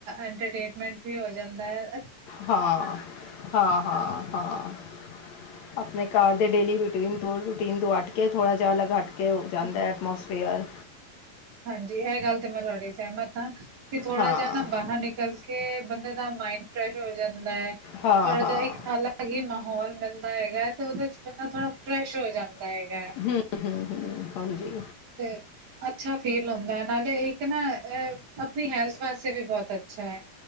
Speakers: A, on the right (about 65°); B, on the left (about 70°).
A: ਐੰਟਰਟੇਨਮੇਂਟ ਵੀ ਹੋ ਜਾਂਦਾ ਐ।
B: ਹਾ‌, ਹਾਂ-ਹਾਂ-ਹਾਂ। ਆਪਣੇ ਘਰ ਦੇ ਡੇਲੀ ਰੂਟੀਨ ਤੋਂ, ਰੂਟੀਨ ਤੋਂ ਹੱਟਕੇ ਥੋੜ੍ਹਾ ਜਿਹਾ ਅਲਗ ਹੱਟਕੇ ਹੋ
A: ਹੂੰ।
B: ਜਾਂਦੈ। ਮੌਸਫਿਅਰ
A: ਹਾਂਜੀ, ਐ ਗੱਲ ਤੇ ਮੈਂ ਤੁਹਾਡੀ ਸਹਿਮਤ ਹਾਂ, ਕਿ ਥੋੜਾ
B: ਹਾਂ
A: ਜਿਹਾ ਨਾ ਬਾਹਰ ਨਿਕਲ ਨੀਕਨਕੇ ਬੰਦੇ ਦਾ ਮਾਇੰਡ ਫਰੈਸ਼ ਹੋ ਜਾਂਦਾ ਹੈ, ਥੋੜਾ
B: ਹਾਂ
A: ਜਿਹਾ
B: ਹਾਂ
A: ਇੱਕ ਹਲੱ ਅਗੀ ਮਾਹੌਲ ਮਿਲਦਾ ਹੈਗਾ ਹੈ, ਤੇ ਉਹਦੇ'ਚ ਬੰਦਾ ਥੋੜ੍ਹਾ ਫਰੈਸ਼ ਹੋ ਜਾਂਦਾ ਹੈਗਾ ਏ।
B: ਹੂੰ, ਹੂੰ, ਹੂੰ, ਹਾਂਜੀ।
A: ਤੇਲ ਅੱਛਾ ਫੀਲ ਹੁੰਦਾ ਹੈ, ਨਾਲੇ ਇੱਕ ਨਾ ਆਪਣੀ ਹੈਲਥ ਵਾਸਤੇ ਵੀ ਬਹੁਤ ਅੱਛਾ ਐ।